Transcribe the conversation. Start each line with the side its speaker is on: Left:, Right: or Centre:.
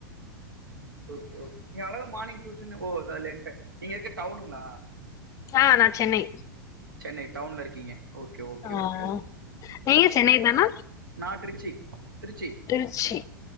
Right: ஒகே கே நீங்க அழகா மார்னிங் டியூஷன் ஒ லென்டு நீங்க இருக்கிறது டவுனுங்களா
Left: ஆஹ நான் சென்னை
Right: சென்னை டவுன்ல இருக்கீங்க ஒக்கே ஒக்கே
Left: ஆ
Right: ஒக்கே
Left: நீங்க சென்னை தானா
Right: நா திருச்சி திருச்சி
Left: திருச்சி